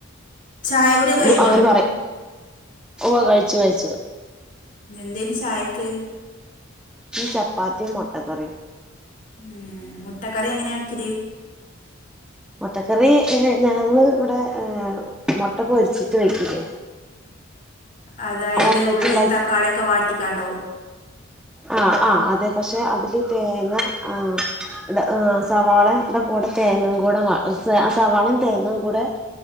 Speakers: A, on the left (about 40°); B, in the centre.
A: ചായ കുടിയൊക്കെ
B: ഒ
A: കഴിഞ്ഞോ
B: അങ്ങന പറയും ഒവ്വ കഴിച്ചു കഴിച്ചു
A: എന്തേന് ചായക്ക്
B: ഈ ചപ്പാത്തിം മൊട്ടക്കറിം
A: ഏ മുട്ടക്കറി എങ്ങനെ വെക്കല്
B: മൊട്ടക്കറി ഏ ഞങ്ങള് ഇവടെ ഏ മൊട്ട പൊരിച്ചിട്ട് വെക്കില്ലേ
A: അതായത്
B: ഓംലറ്റ്
A: ഉള്ളിം തക്കാളിയൊക്കെ വാട്ടിക്കാണ്ടോ
B: ആ ആ അതെ പക്ഷെ അതില് തേങ്ങ ആ അല്ല സവാളേം ദക്കകൂടെ തേങ്ങ കൂടെ വ സ സവാളേം തേങ്ങേം കൂടെ